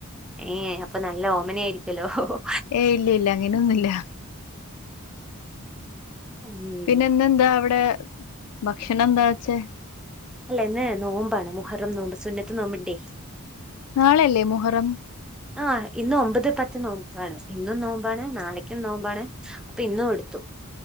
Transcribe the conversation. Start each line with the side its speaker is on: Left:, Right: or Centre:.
Centre: ഏ അപ്പൊ നല്ല ഓമന ആയിരിക്കല്ലോ ഒ ഹൊ ഹൊ
Left: ഏ ഇല്ല ഇല്ല അങ്ങനെന്നു ഇല്ല
Centre: ഉം
Left: പിന്നെ ഇന്നെന്താ അവിടെ ഭക്ഷണം എന്താ വച്ചേ
Centre: അല്ല ന്ന് നോമ്പാണ് മുഹറം നോമ്പ് സുന്നത്ത് നോമ്പിണ്ടേ
Left: നാളല്ലേ മുഹറം
Centre: ആ ഇന്ന് ഒമ്പത് പത്ത് നോമ്പാണ് ഇന്നും നോമ്പാണ് നാളക്കും നോമ്പാണ് അപ്പൊ ഇന്നും എടുത്തു